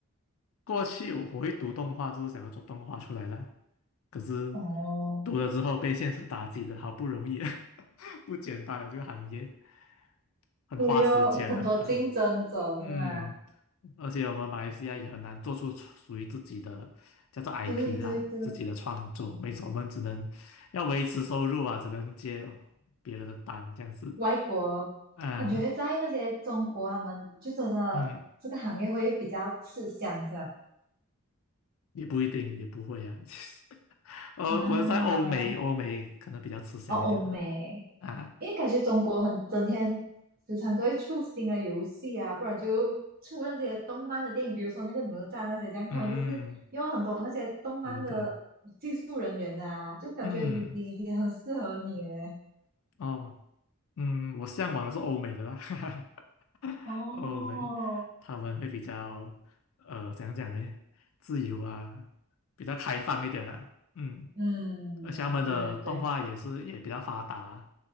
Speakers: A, on the left; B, on the right.
A: 过去我会读动画，就是想要做动画出来的，可是
B: 哦，
A: 读了之后被现实打击的，好不容易，<laughs> 不简单的这个行业，很花时间的啊，
B: 对哦，很多竞争者是吗？
A: 嗯，而且我们马来西亚也很难做出属于自己的叫做 IP
B: 对对对，
A: 啦，自己的创作，没错，我们只能要维持收入啊，只能接别人的单这样子，
B: 外国感觉在那些中国，
A: 啊，
B: 他们就真的这个行业会比较吃香，
A: 嗯，
B: 是吧？
A: 也不一定，也不会啊，<laughs> 呃，
B: 啊，
A: 我是在欧美，欧美可能比较吃香一点的
B: 哦，欧美，
A: 啊，
B: 因为感觉中国很整天时常都会出新的游戏啊，不然就出那些动漫的电影，比如说那个哪吒那些这样，
A: 嗯，
B: 他们都是用很多那些动漫的技术人员的啊，
A: 对对对，
B: 就感觉你你也很适合你诶。
A: 嗯，哦，嗯，我向往的是欧美的啦，<laughs> 哈哈，
B: 哦，
A: 欧美他们会比较呃，怎样讲呢？自由啊，比较开放一点啊，嗯，
B: 嗯，
A: 而且他们的动画也是也比较发达，
B: 对对对。